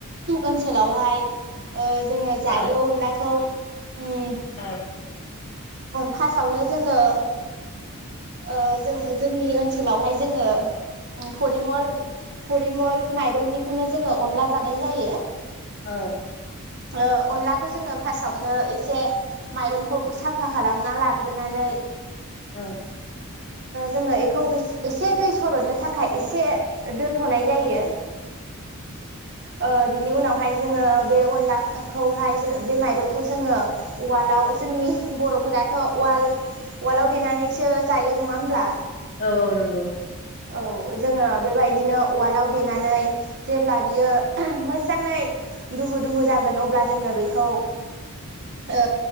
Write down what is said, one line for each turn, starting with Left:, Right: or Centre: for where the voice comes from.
Right: ओनसोलावहाय ओ जोङो
Left: औ
Right: जायो अनलाखौ उम
Left: औ
Right: फार्स्टआवनो जोङो ओ जों जोंनि ओनसोलावहाय जोङो फरिमल फरिमल माइरंनिखौनो जोङो अनला जानाय जायो।
Left: औ
Right: ओ अनलाखौ जोंङो फारस्त आवनो एसे माइरं खौ साफा खालामना लाग्रोनानै
Left: औ
Right: जोंङो बेखौ एसे दै सरदनो थाखाय एसे दोन थनाय जायो ओ बिनि उनावहाय जोंङो बे अनलाखौहाय बे माइरंखौहाय जोंङो उवालाव जोंनि बर'फोराथ उवाल वालआव देनानैसो जायो नङा होमब्ला
Left: औ -औ नंगौ
Right: औ जोङो बेबायदिनो उवालाव देनानै जेब्ला बियो मोजांङै दुहु दुहु जागोन अब्ला जोङो बेखौ ओ